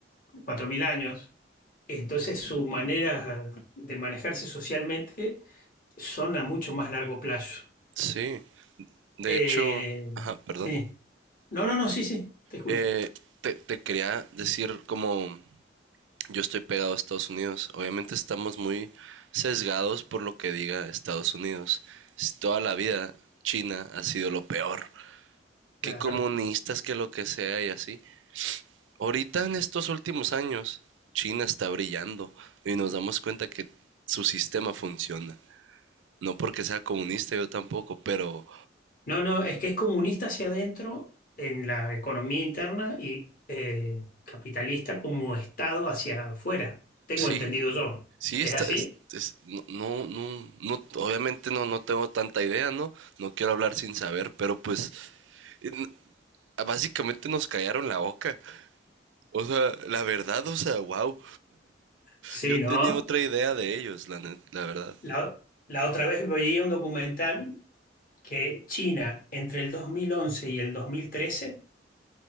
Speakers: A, on the left; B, on the right.
A: 4.000 años. Entonces su manera de manejarse socialmente son a mucho más largo plazo.
B: Sí. De
A: Eh,
B: hecho, ajá, perdón.
A: sí. No, no, no, sí, sí, te escucho.
B: Eh, te, te quería decir como yo estoy pegado a Estados Unidos. Obviamente estamos muy sesgados por lo que diga Estados Unidos. Si Toda la vida China ha sido lo peor.
A: Claro.
B: Que comunistas, que lo que sea y así. Ahorita en estos últimos años, China está brillando y nos damos cuenta que su sistema funciona. No porque sea comunista, yo tampoco, pero
A: No, no, es que es comunista hacia adentro en la economía interna y eh, capitalista como Estado hacia afuera. Tengo
B: sí,
A: entendido yo.
B: sí
A: ¿Es
B: está,
A: así?
B: es- es- no, no, no, no, obviamente no, no tengo tanta idea, ¿no? No quiero hablar sin saber, pero pues en- básicamente nos callaron la boca. O sea, la verdad, o sea, wow.
A: Sí,
B: Yo
A: ¿no?
B: tenía otra idea de ellos, la, net- la verdad.
A: La, la otra vez veía un documental que China entre el 2011 y el 2013